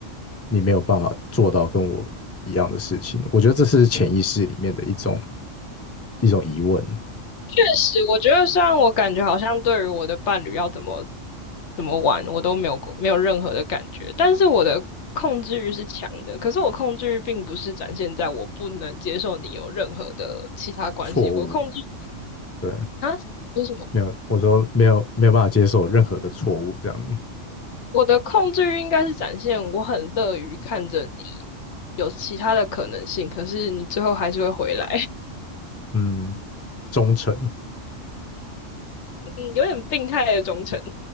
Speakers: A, on the left; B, on the left.
A: 你没有办法做到跟我一样的事情呢我觉得这是潜意识里面的一种一种疑问、
B: 确实，我觉得虽然我感觉好像对于我的伴侣要怎么怎么玩，我都没有过没有任何的感觉，但是我的控制欲是强的。可是我控制欲并不是展现在我不能接受你有任何的其他关系，
A: 错误，
B: 我控制欲
A: 对，
B: 啊，就是
A: 没有，我说没有没有办法接受任何的错误，这样，
B: 我的控制欲应该是展现我很乐于看着你有其他的可能性，可是你最后还是会回来，
A: 嗯，忠诚，
B: <laughs> 嗯有点病态的忠诚。